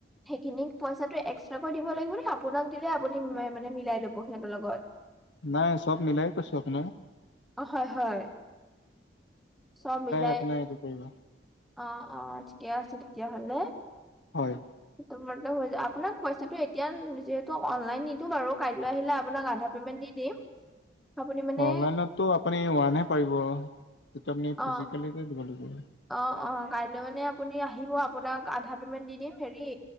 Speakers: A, in the centre; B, on the left (about 70°).
A: সেইখিনিক পইচাটো এক্সট্ৰাকৈ দিব লাগিব নে আপোনাক দিলে, আপুনি মানে মিলাই ল'ব সিহঁতৰ লগত।
B: নাই চব মিলাই কৈছো আপোনাক।
A: অ হয় হয় চব মিলাই।
B: আপোনাৰ এইটো পৰিব
A: অ অ ঠিকে আছে তেতিয়াহলে।
B: হয়।
A: তোমাৰটো হৈ যাব আপোনাক পইচাটো এতিয়া যিহেতু অনলাইন নিদো বাৰু কাইলৈ আহিলে আপোনাক আধা পেমেণ্ট দি দিম। আপুনি মানে
B: অনলাইনতো আপুনি ওৱানহে পাৰিব আপুনি
A: অ
B: ফিজিকেল দিব লাগিব।
A: অ অ কাইলৈ মানে আপুনি আহিব আপোনাক আধা পেমেণ্ট দি দিম হেৰি